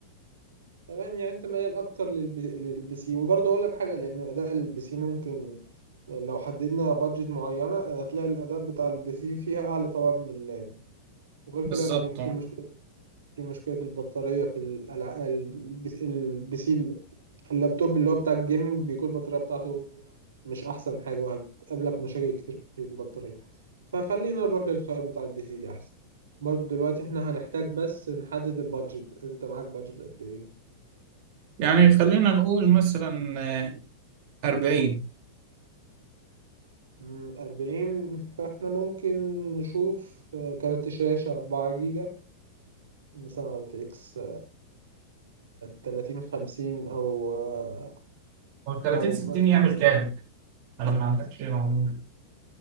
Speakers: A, on the right; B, on the right.
A: تمام يعني انت ميال اكتر للبي, للبي سي وبرضه اقول لك حاجه لان اداء البي سي ممكن لو حددنا بادجت معينه آه، هتلاقي الاداء بتاع البي سي فيها اعلى طبعا من اللاب وغير
B: بالظبط
A: كده ان في
B: آه.
A: مشكله في مشكله البطاريه في الألع- البي سي البي سي اللابتوب اللي هو بتاع الجيمنج بيكون البطاريه بتاعته مش احسن حاجه وهتقابلك مشاكل كتير في البطاريه فخلينا نروح للخيار بتاع البي سي احسن برضه دلوقتي احنا هنحتاج بس نحدد البادجت انت معاك بادجت قد ايه
B: يعني خلينا نقول مثلا آه، 40
A: مم، أربعين فإحنا ممكن نشوف آه، كارت شاشة أربعة جيجا مثلا ار تي اكس تلاتين خمسين أو آه،
B: هو 30
A: أو
B: 60 يعمل كام؟ انا ما عندكش معلومة